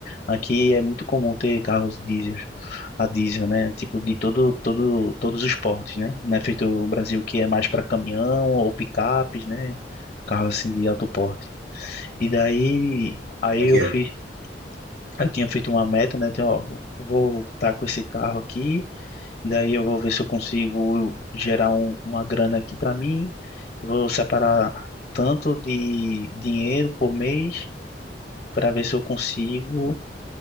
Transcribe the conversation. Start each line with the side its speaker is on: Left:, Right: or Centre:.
Left: Aqui é muito comum ter carros diesel, a diesel, né? Tipo de todo, todo, todos os portes, né? Não é feito o Brasil que é mais para caminhão ou picapes, né? Carros assim de alto porte. E daí, aí
Right: Como é
Left: eu
Right: que é?
Left: fiz, eu tinha feito uma meta, né? De, ó, vou estar com esse carro aqui, e daí eu vou ver se eu consigo gerar um, uma grana aqui para mim. Vou separar tanto de dinheiro por mês para ver se eu consigo